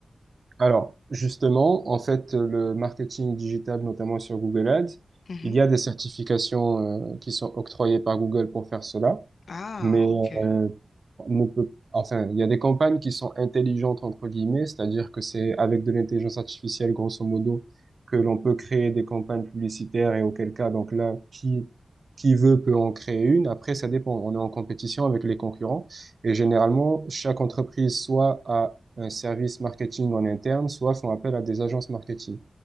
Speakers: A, on the right; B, on the left.
A: Alors, justement, en fait, le marketing digital, notamment sur Google Ads,
B: Mhm.
A: il y a des certifications euh, qui sont octroyées par Google pour faire cela,
B: Ah,
A: mais euh,
B: ok.
A: on ne peut, enfin, il y a des campagnes qui sont intelligentes entre guillemets, c'est-à-dire que c'est avec de l'intelligence artificielle, grosso modo, que l'on peut créer des campagnes publicitaires et auquel cas, donc là, qui qui veut peut en créer une. Après, ça dépend. On est en compétition avec les concurrents et généralement, chaque entreprise soit a un service marketing en interne, soit font appel à des agences marketing.